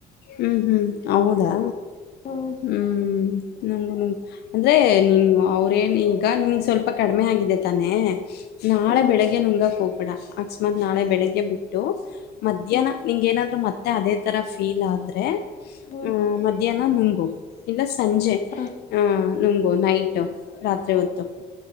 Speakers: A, on the left; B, on the left.
A: ಹ್ಮಞ ಹ್ಮ್ ಹೌದಾ
B: ಹ್ಮ್
A: ಹ್ಮ್ ನಂಗಗು ಅಂದ್ರೆ ನಿನ್ ಅವ್ರೇನ್ ಈಗ ನಿನ್ ಸ್ವಲ್ಪ ಕಡಿಮೆ ಆಗಿದೆ ತಾನೆ ನಾಳೆ
B: ಹ್ಮ್
A: ಬೆಳಿಗ್ಗೆ ನುಂಗಕ್ ಹೋಗ್ಬಿಡ ಅಕಸ್ಮಾತ್ ನಾಳೆ ಬೆಳಿಗ್ಗೆ ಬಿಟ್ಟು ಮಧ್ಯಾಹ್ನ
B: ಹ್ಮ್
A: ನಿಂಗ ಏನಾದ್ರು ಮತ್ತೆ ಅದೇ ತರ ಫೀಲ್ ಆದ್ರೆ
B: ಹ್ಮ್
A: ಹ್ಮ ಮಧ್ಯಾಹ್ನ ನುಂಗು ಇಲ್ಲ ಸಂಜೆ
B: ಹ
A: ಹಹ್ ನಮಗು ನೈಟು ರಾತ್ರಿ ಹೊತ್ತು